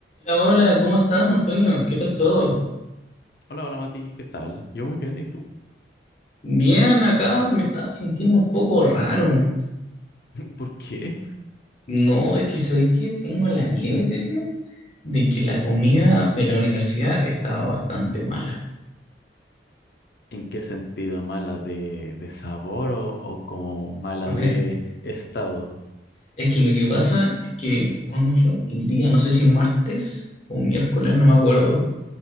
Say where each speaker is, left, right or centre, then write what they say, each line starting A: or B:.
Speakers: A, on the left; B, on the left.
A: Hola, hola, ¿cómo estás, Antonio? ¿Qué tal todo?
B: Hola, hola Mati, ¿qué tal? Yo muy bien, ¿y tú?
A: Bien, acá me estaba sintiendo un poco raro.
B: ¿Por qué?
A: No, es que ¿sabéis qué? Tengo la leve teoría de que la comida de la universidad estaba bastante mala.
B: ¿En qué sentido? ¿Mala de, de sabor o, o como mala
A: A ver,
B: de estado?
A: es que lo que pasa es que cuando fue el día, no sé si martes o miércoles, no me acuerdo.